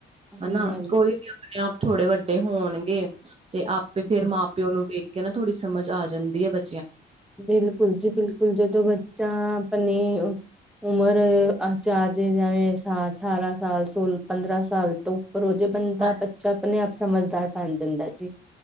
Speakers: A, in the centre; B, on the right.
A: ਹਾਂਜੀ
B: ਹਨਾ ਕੋਈ ਵੀ ਆਪਣੇ ਆਪ ਥੋੜੇ ਵੱਡੇ ਹੋਣਗੇ ਤੇ ਆਪੇ
A: ਹਾਂਜੀ
B: ਫੇਿਰ ਮਾ ਪਿਓ ਨੂੰ ਵੇਖ ਕੇ ਨਾ ਥੋੜੀ ਸਮਝ ਆ ਜਾਂਦੀ ਹੈ ਬ
A: ਬਿਲਕੁਲ ਜੀ ਬਿਲਕੁਲ ਜਦੋਂ ਬੱਚਾ ਆਪਣੇ ਉਮਰ ਅਚਾਰਜੇ ਜਿਵੇਂ ਸ ਅਠਾਰਾਂ ਸਾਲ ਸੋਲ ਪੰਦਰਾਂ ਸਾਲ ਤੋਂ ਪਰ ਉਹਦੇ ਬੰਦਾ
B: ਹਾਂ
A: ਬੱਚਾ ਆਪਣੇ ਆਪ ਸਮਝਦਾਰ ਬਣ ਜਾਂਦਾ ਜੀ